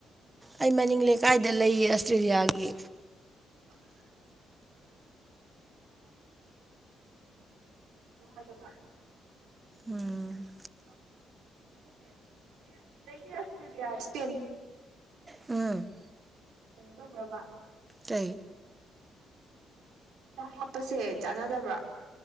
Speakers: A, on the right (about 20°); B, on the right (about 85°).
A: ꯑꯩ ꯃꯅꯤꯡ ꯂꯩꯀꯥꯏꯗ ꯂꯩꯌꯦ ꯑꯁꯇ꯭ꯔꯦꯂꯤꯌꯥꯒꯤ
B: ꯎ ꯁꯤ ꯋꯥ ꯍꯥꯏꯗ
A: ꯎꯝ
B: ꯂꯩ ꯑꯗꯤ ꯑ
A: ꯎꯝ
B: ꯇꯣꯕ꯭ꯔꯃꯥ
A: ꯇ
B: ꯍꯥꯞꯄꯁꯦ ꯆꯥꯟꯅꯗꯕ꯭ꯔꯥ